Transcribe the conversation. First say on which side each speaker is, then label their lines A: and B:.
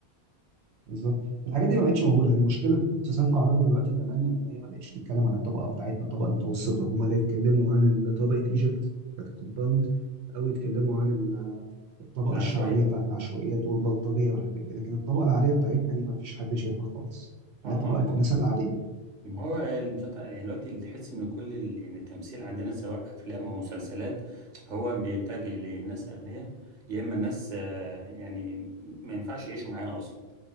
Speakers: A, on the right (about 85°); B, on the right (about 50°).
A: بالظبط الحاجات دي ما بقتش موجودة هي مشكلة المسلسلات العربي دلوقتي كمان ان هي ما بقتش تتكلم عن الطبقة بتاعتنا الطبقة المتوسطة هم لا يتكلموا عن طبقة ايجيبت بتاعت الكومباوند او يتكلموا عن ال- الطبقة
B: العشوائية
A: الشعبية بتاعت العشوائيات والبلطجية والحاجات دي لكن الطبقة العادية بتاعتنا دي ما فيش حد شايفها خالص
B: اه
A: لا طبقة
B: ما هو
A: الناس العادية
B: ما هو المسلسل يعني دلوقتي اللي تحس ان كل ال- يعني التمثيل عندنا سواء افلام او مسلسلات هو بيتجه للناس اغنياء يا اما الناس آه، يعني ما ينفعش يعيشوا معانا اصلا